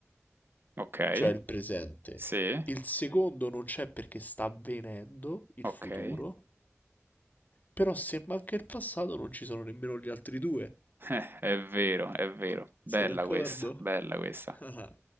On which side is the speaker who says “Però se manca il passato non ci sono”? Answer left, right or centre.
Left